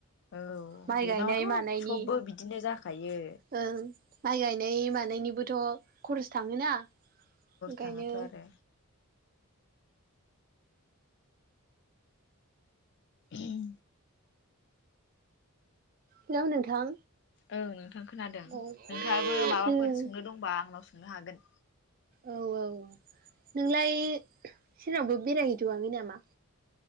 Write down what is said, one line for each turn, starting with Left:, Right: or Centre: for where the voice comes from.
Left: औ
Right: माइ
Left: दैज्लाङावथ'
Right: गायनाय मानायनि
Left: सबबो बिदिनो जाखायो
Right: ओं माइ गायनाय मानायनिबोथ' खरस थाङोना ओंखायनो
Left: थाङाथ' आरो उम
Right: हेलौ नोंथां
Left: औ नोंथां खोनादों
Right: औ उम
Left: नोंथाङाबो माबाफोर सोंनो दंबा आंनाव सोंनो हागोन
Right: औ औ नोंलाय सोरनावबो बेरायहैथ'आङै नामा